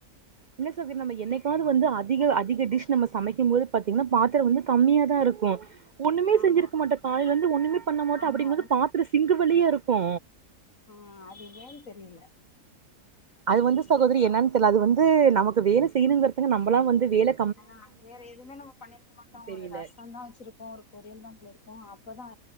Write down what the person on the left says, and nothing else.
ஆமா
ஆமா
உம் அது ஏன்னு தெரியல
ஆனா வேற எதுவுமே நம்ம பண்ணிருக்க மாட்டோ
ஒரு ரசவ்தா வெச்சிருப்போ ஒரு பொரியல் தா பண்ணிருக்கோ அப்பதா